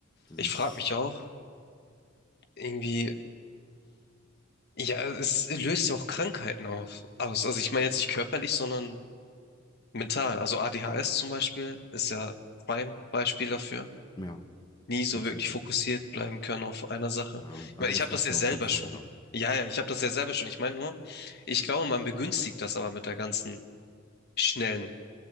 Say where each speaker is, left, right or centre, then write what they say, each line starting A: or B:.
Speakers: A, on the left; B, on the left.
A: das
B: Ich
A: ist,
B: frage mich auch, irgendwie, ja, es löst ja auch Krankheiten auf, aus. Also ich meine jetzt nicht körperlich, sondern Mental, also ADHS zum Beispiel ist ja Prime-Beispiel dafür.
A: ja,
B: Nie so
A: tatsächlich.
B: wirklich fokussiert bleiben können auf einer Sache.
A: Ja,
B: Ich
A: aber
B: meine,
A: das
B: ich habe
A: gab
B: das
A: es
B: ja
A: ja
B: selber
A: auch schon vorher.
B: schon. Ja, ja, ich habe das ja selber schon. Ich meine nur, ich glaube, man begünstigt das aber mit der ganzen schnellen